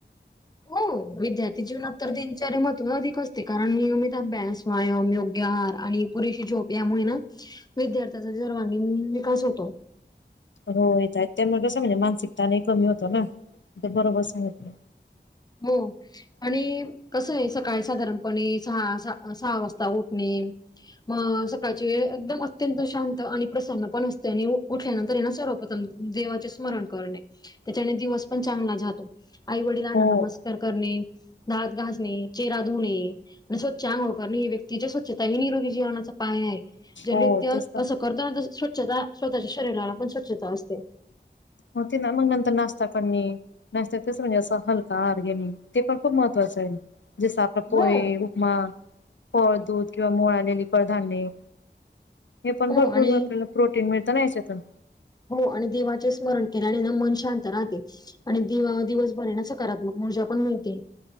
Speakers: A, on the left; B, on the left.
A: हो विद्यार्थी जीवनात तर दिनचर्या महत्त्व अधिक असते कारण नियमित अभ्यास व्यायाम, योग्य आहार, आणि पुरेशी झोप, यामुळे ना विद्यार्थ्यांचा सर्वांगीण विकास होतो.
B: हो येतायेत त्यामुळ कसं ये म्हणजे मानसिक ताणही कमी होतो ना ते बरोबर सांगतलय
A: हो. आणि कस आहे सकाळी साधारणपणे सहा सहा सहा वाजता उठणे मग सकाळची वेळ एकदम अत्यंत शांत आणि प्रसन्न पण असते आणि उठल्यानंतर ये ना सर्व प्रथम देवाचे स्मरण करणे, त्याच्याने दिवस पण चांगला जातो, आई-वडिलांना
B: हो
A: नम स्कार करणे, दात घासणे, चेहरा धुणे आणि स्वच्छ आंघोळ करणे, ही व्यक्तीच्या स्वच्छता आणि निरोगी जीवनाचा पाया ये. ज्या
B: हो
A: व्यक्ती
B: तेच तर
A: असं करतात ना स्वच्छता स्वतःच्या शरीराला पण स्वच्छता असते.
B: होते ना मग नंतर नाश्ता करणे नाश्त्यात कसं म्हणजे असं हलका आहार घेणे ते पण खूप महत्त्वाच आहे, जसं आपलं पोहे,
A: हो
B: उप मा, फळ, दूध किंवा मोड आलेली कडधान्य हे पण
A: हो
B: भरपूर
A: आणि
B: आपल्याला प्रोटीन मिळतं ना याच्यातून.
A: हो आणि देवाचे स्मरण केल्याने ना मन शांत राहते. आणि देवा दिवसभर हाय ना सकारात्मक ऊर्जा पण मिळते.